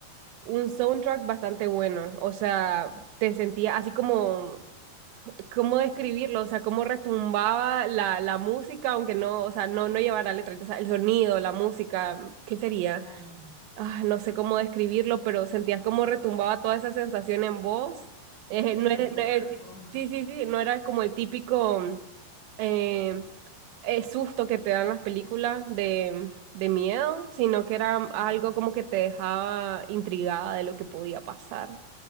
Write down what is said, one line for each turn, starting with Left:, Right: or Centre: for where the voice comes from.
Right: un soundtrack bastante bueno, o sea, te sentía así como... cómo describirlo, o sea, cómo retumbaba la, la música, aunque no, o sea, no, no llevara letra, o sea, el sonido, la música, mm, ¿qué sería?
Left: Claro.
Right: Ah, no sé cómo describirlo, pero sentías cómo retumbaba toda esa sensación en vos. Eh,
Left: Sí,
Right: no es-
Left: en tu
Right: no
Left: cuerpo.
Right: es-
Left: <laughs>
Right: sí, sí, sí, no era como el típico mm, eh, eh, susto que te dan las películas de, de miedo, sino que era
Left: Claro.
Right: algo como que te dejaba intrigada de lo que podía pasar.